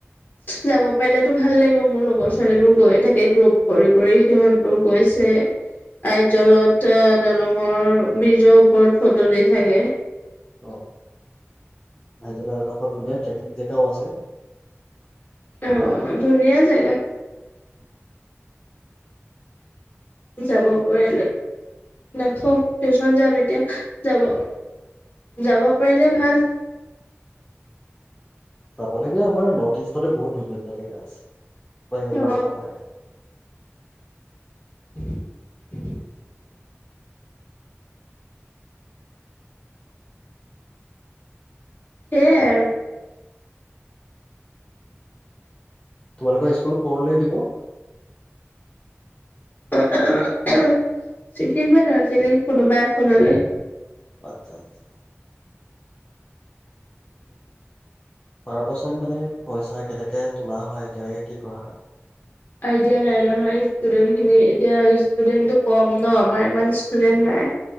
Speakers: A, on the left (about 40°); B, on the left (about 25°).
A: যাব পাৰিলেতো ভাল লাগিব মোৰ লগৰ ছোৱালীবোৰ গৈয়ে থাকে গ্ৰুপ কৰি কৰি সিহঁতবোৰ গৈছে আইজলত দলঙৰ ব্ৰীজৰ ওপৰত ফটো দি থাকে
B: অহ । হাইজডোখৰ ধুনীয়া ট্ৰেকিং জেগকাও আছে
A: আহ ধুনীয়া জেগা
B: উম
A: যাব পাৰিলে । দেখ টিউচন যাম এতিয়া যাব -যাব পাৰিলে ভাল।
B: চাবলগীয়া আমাৰ নৰ্থ ইষ্টতে বহুত ধুনীয়া- ধুনীয়া জেগা আছে। প
A: অ
B: ককাইে
A: <inaudible> সেইয়াই আৰু
B: তোমালোকৰ স্কুল কলে দিব।
A: আঁহ ', অহ', ছিকিম বা দাৰ্জিলিং কোনোবা এখন হলে
B: আচ্ছা- আচ্ছা তাৰ পাছত মানে পইচা কেনেকে তোলা হয় কেনেকে কি কৰা হয়।
A: আইডিয়া নাই নহয় ষ্টুডেন্ট খিনি এতিয়া ষ্টুডেন্টটো কম ন আমাৰ ইমান ষ্টুডেন্ট নাই।